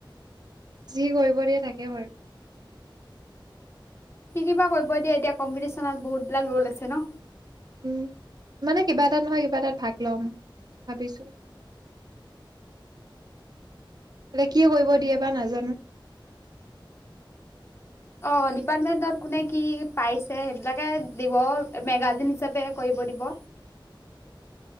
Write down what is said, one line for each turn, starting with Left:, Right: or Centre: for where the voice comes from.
Right: যি কৰিব দিয়ে তাকে কৰিম।
Left: কি কিবা কৰিব দিয়ে এতিয়া কম্পিটিচনত বহুত বিলাক ৰ'ল আছে ন।
Right: উম, মানে কিবা এটাত নহয় কিবা এটাত ভাগ ল'ম ভাবিছো, এতিয়া কি কৰিব দিয়ে বা নাজানো।
Left: অ', ডিপাৰ্টমেন্টত কোনে কি পাইছে সেইবিলাকে দিব মেগাজিন হিচাপে কৰিব দিব।